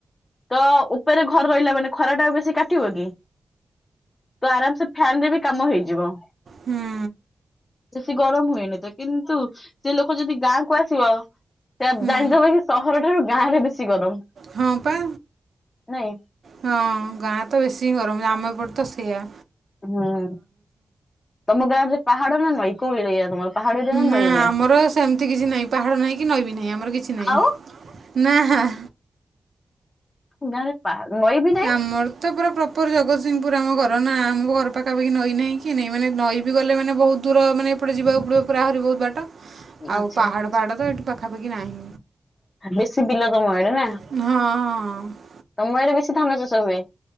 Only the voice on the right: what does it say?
ହୁଁ
ହୁଁ
ହଁ ପା।
ହଁ ଗାଁରେ ତ ବେଶି ଗରମ୍ ଆମ ଏପଟେ ତ ସେୟା।
ନା
ଆମର ସେମ୍ତି କିଛି ନାହିଁ ପାହାଡ଼ ନାହିଁ କି ନଈ ବି ନାହିଁ ଆମର କିଛି ନାହିଁ।
ନା-ହାଁ।
ଆମର ତ ପୁରା ପ୍ରପର୍ ଜଗତସିଂହପୁର ଆମ ଘର ନା, ଆମ ଘର ପାଖାପାଖି ନଈ ନାହିଁ କି ନାହିଁ ମାନେ ନଈ ବି ଗଲେ ମାନେ ବହୁତ୍ ଦୂର ମାନେ ଏପଟେ ଯିବାକୁ ପଡ଼ିବ ପୁରା ଆହୁରି ବହୁତ୍ ବାଟ, ଆଉ
ପାହାଡ଼ ଫାହାଡ଼ ତ ଏଠି ପାଖାପାଖି ନାହିଁ।
ହଁଁ-ହଁ।